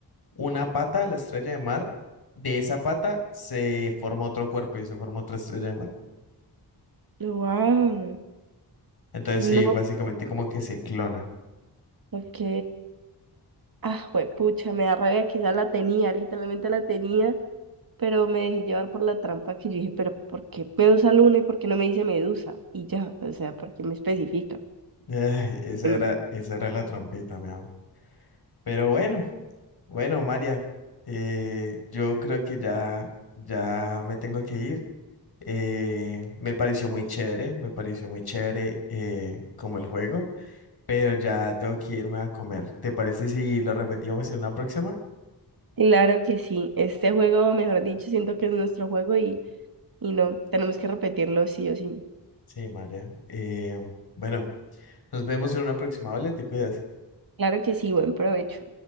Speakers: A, on the left; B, on the right.
A: una pata a la estrella de mar, de esa pata se forma otro cuerpo y se forma otra estrella de mar.
B: Wow.
A: Entonces,
B: No,
A: sí, básicamente como que se clona.
B: ok. Ah, pucha, me da rabia, quizá la tenía, literalmente la tenía, pero me dejé llevar por la trampa que yo dije, pero ¿por qué Medusa Luna y por qué no me dice Medusa? Y ya, o sea, ¿por qué me especifica?
A: Eh, esa
B: Bueno,
A: era, esa era la trampita, mi amor. Pero bueno, bueno, María, eh, yo creo que ya, ya me tengo que ir. Eh, me pareció muy chévere, me pareció muy chévere eh, como el juego, pero ya tengo que irme a comer. ¿Te parece si lo repetimos en una próxima?
B: claro que sí, este juego, mejor dicho, siento que es nuestro juego y... Y no, tenemos que repetirlo sí o sí.
A: Sí, María. Eh, bueno, nos vemos en una próxima, ¿vale? Te cuidas.
B: Claro que sí, buen provecho.